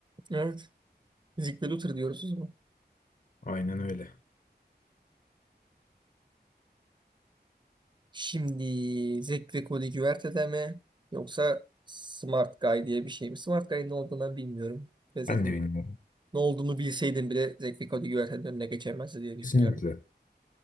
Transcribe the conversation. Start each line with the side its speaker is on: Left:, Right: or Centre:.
Right: Evet. Zig ve Luther diyoruz o
Left: Aynen öyle.
Right: Şimdi Zek ve Cody Güverte'de mi? Yoksa Smart Guy diye bir şey mi? Smart Guy'ın ne olduğunu ben bilmiyorum. Ve zaten
Left: Ben de bilmiyorum.
Right: ne olduğunu bilseydim bile Zek ve Cody Güverte'nin önüne geçemezdi diye düşünüyorum.
Left: Kesinlikle.